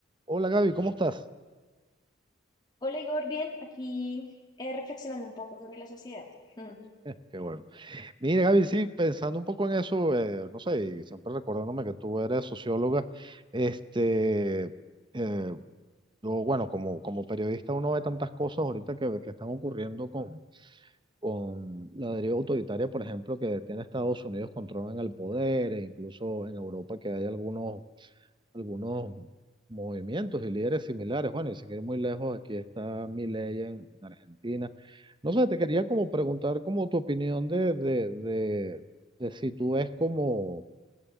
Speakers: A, on the right; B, on the left.
A: Hola Gaby, ¿cómo estás?
B: Hola Igor, bien, aquí eh, reflexionando un poco sobre la sociedad. Ujú.
A: <laughs> Qué bueno. Mira Gaby, sí, pensando un poco en eso, eh, no sé, y siempre recordándome que tú eres socióloga, este, eh, yo, bueno, como, como periodista uno ve tantas cosas ahorita que, que están ocurriendo con, con la deriva autoritaria, por ejemplo, que tiene Estados Unidos controlan el poder, e incluso en Europa que hay algunos algunos movimientos y líderes similares. Bueno, y sin ir muy lejos, aquí está Milei en, en Argentina. No sé, te quería como preguntar como tu opinión de, de, de, de si tú ves como,